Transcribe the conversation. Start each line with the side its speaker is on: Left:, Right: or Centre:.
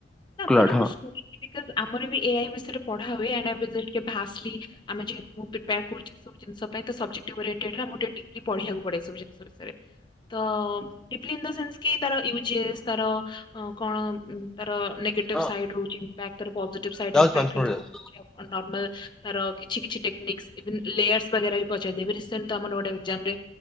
Centre: କ୍ଲଡ୍
Left: ମାନେ
Centre: ହଁ।
Left: ମୁଁ ଶୁଣିଛି ବିକଜ୍ ଆମର ଏଇ ସେ ବିଷୟରେ ପଢ଼ା ହୁଏ <inaudible> ଆମେ ଯେହେତୁ ପ୍ରେପର୍ କରୁଛୁ ସବୁ ଜିନିଷ ପାଇଁ ଟା ସଭେକ୍ଟ ରେ ଡିପ୍ଲି ପଢିବାକୁ ପଢ଼େ ସବୁ ଜିନିଷ ବିଷୟରେ। ତ ଡୀପ୍ଲି ଇନ୍ ଦ ସେନ୍ସ କି ତାର ୟୁଜେସ ତାର କଣ ତାର ନେଗେଟିଭ୍
Centre: ହଁ
Left: ସାଇଡ ରହୁଛି ଇମ୍ପାକ୍ଟ ତାର ପୋଜିଟିଭ ସାଇଡ
Centre: ଯାଉଛି
Left: ଇମ୍ପାକ୍ଟ୍
Centre: ମାନସ
Left: କେମିତି
Centre: ମୋର ଯାଉଛି।
Left: କଣ ରହୁଛି ଅମଲ୍। ତାର କିଛି କିଛି ଟେକ୍ନିକ୍ସ ଇଭେନ୍ ଲେୟାର୍ସ ବଗେରା ବି ପଚାରି ଦିଏ ଏବେ ରିସେଣ୍ଟ ଟା ଆମର ଗୋଟେ ଏକ୍ସାମ୍ ରେ